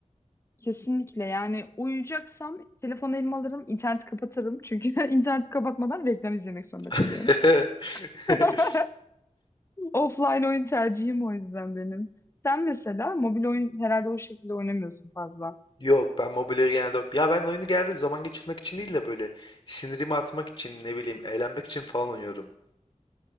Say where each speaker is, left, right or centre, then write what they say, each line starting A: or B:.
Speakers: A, on the left; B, on the left.
A: Kesinlikle yani uyuyacaksam telefonu elime alırım, interneti kapatırım. Çünkü <laughs> interneti kapatmadan reklam izlemek zorunda kalıyorum.
B: <laughs>
A: <laughs> Offline oyun tercihim o yüzden benim. Sen mesela mobil oyun herhalde o şekilde oynamıyorsun fazla.
B: Yok ben mobilyayı genelde ya ben oyunu genelde zaman geçirmek için değil de böyle sinirimi atmak için ne bileyim eğlenmek için falan oynuyorum.